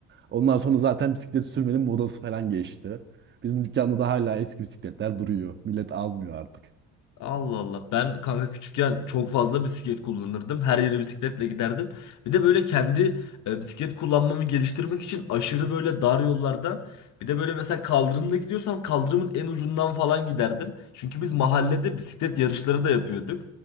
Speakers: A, on the right; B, on the left.
A: Ondan sonra zaten bisiklet sürmenin modası falan geçti. Bizim dükkanda da hala eski bisikletler duruyor. Millet almıyor artık.
B: Allah Allah. Ben kanka küçükken çok fazla bisiklet kullanırdım. Her yere bisikletle giderdim. Bir de böyle kendi e, bisiklet kullanmamı geliştirmek için aşırı böyle dar yollardan bir de böyle mesela kaldırımda gidiyorsam kaldırımın en ucundan falan giderdim. Çünkü biz mahallede bisiklet yarışları da yapıyorduk.